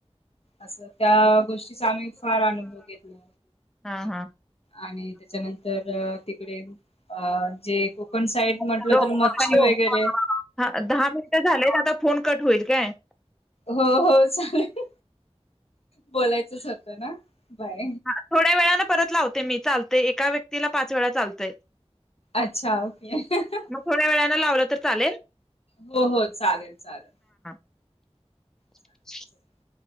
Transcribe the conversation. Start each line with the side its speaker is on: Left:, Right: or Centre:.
Left: असं त्या गोष्टी. आम्ही फार अनुभव घेतो.
Centre: हां, हां.
Left: आणि त्याच्यानंतर तिकडे. अ जे कोकण साईड म्हटलं
Centre: हलो,
Left: तर मच्छी
Centre: हॅलो,
Left: वगैरे
Centre: हा दहा मिनिट झालेय आता फोन कट होईल काय.
Left: हो हो चालेल बोलायचंच होतं ना. बाय.
Centre: हा थोड्या वेळानं परत लावते मी, चालते एका व्यक्तीला पाच वेळा चालत.
Left: अच्छा! <unintelligible>
Centre: थोड्या वेळानं लावलं तर चालेल.
Left: हो हो, चालेल चालेल.
Centre: <inaudible>
Left: चालेल चला.